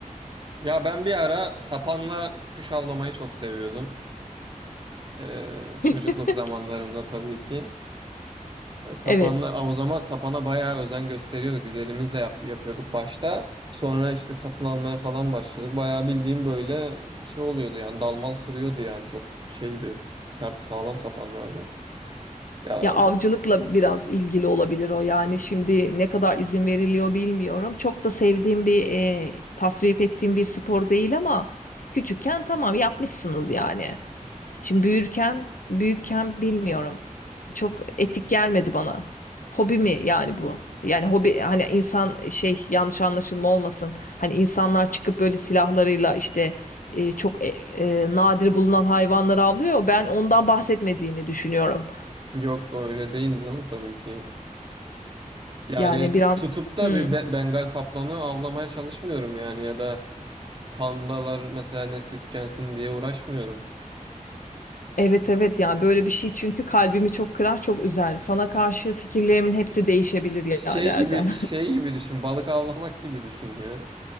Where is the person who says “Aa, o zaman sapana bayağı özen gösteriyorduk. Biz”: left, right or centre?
Right